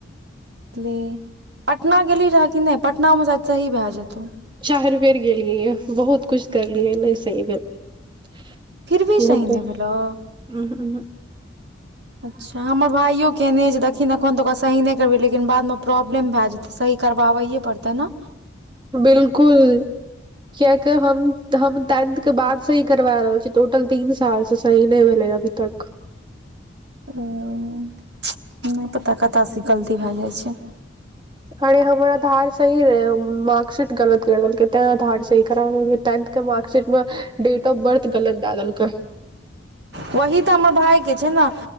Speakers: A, on the right (about 60°); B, on the right (about 25°).
A: <unintelligible> पटना गेली रहऽ कि नै पटनामे सायद सही भए जेतौ?
B: चैर बेर गेलियै ये बहुत कुछ करलियै नै सही भल।
A: फिर भी
B: हेतै
A: सही नहि
B: उहूँ,
A: भेलौ
B: उहूँ।
A: अच्छा हमर भाइयो केने जे दखिनऽ एखन तऽ ओकरा सही नै करबै लेकिन बादमे प्रॉब्लम भए जेत। तऽ सही करबाबैए पड़तै नऽ।
B: बिल्कुल कियाक हम हम टेंथ के बाद सही करवा रहल टोटल तीन साल से सही नै भेलेै हन। भी तक।
A: हूँ नै पता कतऽ सँ गलती भए जाय छै।
B: अरे हमर आधार सही रहै मार्कशीट गलत कर देलकै तै आधार सही कराबेै तैंत। के मार्कशीट में डेट ऑफ बर्थ गलत डालल कै।
A: वही तऽ हमर भाय के छै नऽ। हँ